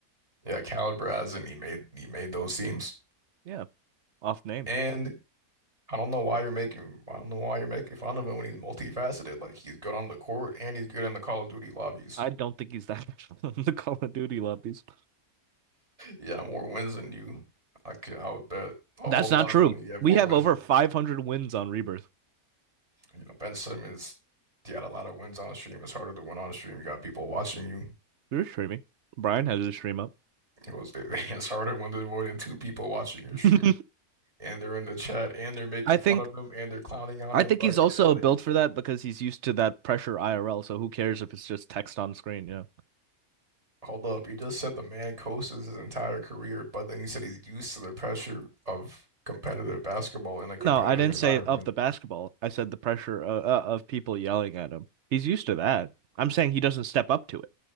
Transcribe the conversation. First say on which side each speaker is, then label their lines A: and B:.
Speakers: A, on the right; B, on the right.
A: Yeah, caliber as in he made he made those teams.
B: Yeah, off name.
A: And I don't know why you're making I don't know why you're making fun of him when he's multifaceted. Like he's good on the court and he's good in the Call of Duty lobbies.
B: I don't think he's that <laughs> much in the Call of Duty lobbies.
A: Yeah, more wins than you. I could, I would bet a
B: That's
A: whole lot
B: not true.
A: of money. Yeah,
B: We
A: more
B: have
A: wins
B: over
A: than
B: 500
A: you.
B: wins on Rebirth.
A: You know, Ben Simmons, he had a lot of wins on stream. It's harder to win on stream. You got people watching you.
B: You're streaming. Brian has his stream up.
A: It was, <laughs> it's harder when there's more than two people watching your stream,
B: <laughs>
A: and they're in the chat, and they're making
B: I think
A: fun of him, and they're clowning on
B: I
A: him.
B: think
A: But
B: he's
A: he
B: also
A: didn't let
B: built
A: it get to
B: for
A: you.
B: that because he's used to that pressure IRL. So who cares if it's just text on screen? Yeah.
A: Hold up, you just said the man coasts his entire career, but then you said he's used to the pressure of competitive basketball in a competitive
B: No, I didn't
A: environment.
B: say of the basketball. I said the pressure uh, uh, of people yelling at him. He's used to that. I'm saying he doesn't step up to it.